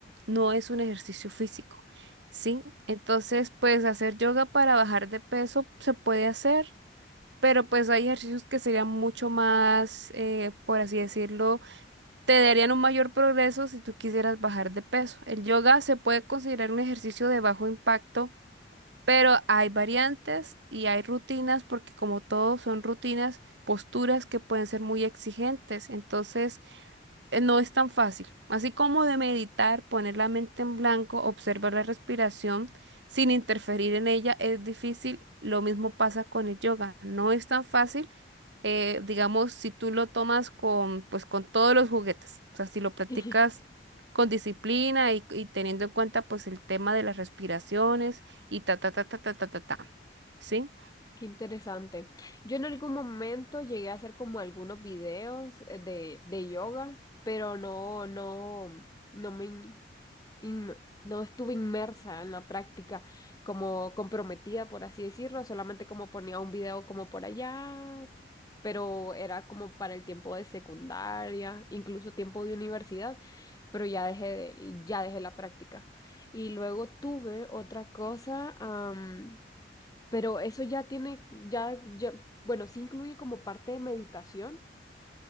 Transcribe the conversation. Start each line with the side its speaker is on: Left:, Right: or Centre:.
Right: no es un ejercicio físico, ¿sí? Entonces, pues hacer yoga para bajar de peso se puede hacer, pero pues hay ejercicios que serían mucho más, eh, por así decirlo, te darían un mayor progreso si tú quisieras bajar de peso. El yoga se puede considerar un ejercicio de bajo impacto, pero hay variantes y hay rutinas porque como todo son rutinas, posturas que pueden ser muy exigentes, entonces eh, no es tan fácil. Así como de meditar, poner la mente en blanco, observar la respiración sin interferir en ella es difícil, lo mismo pasa con el yoga. No es tan fácil eh, digamos, si tú lo tomas con, pues, con todos los juguetes, o sea, si lo practicas
Left: <laughs>
Right: con disciplina y, y teniendo en cuenta, pues, el tema de las respiraciones y ta, ta, ta, ta, ta, ta, ta, ta, ¿sí?
Left: Qué interesante. Yo en algún momento llegué a hacer como algunos videos eh, de, de yoga, pero no, no, no me, inme- no estuve inmersa en la práctica, como comprometida, por así decirlo, solamente como ponía un video como por allá, pero era como para el tiempo de secundaria, incluso tiempo de universidad, pero ya dejé, de- ya dejé la práctica. Y luego tuve otra cosa, am, pero eso ya tiene, ya, ya, bueno, sí incluye como parte de meditación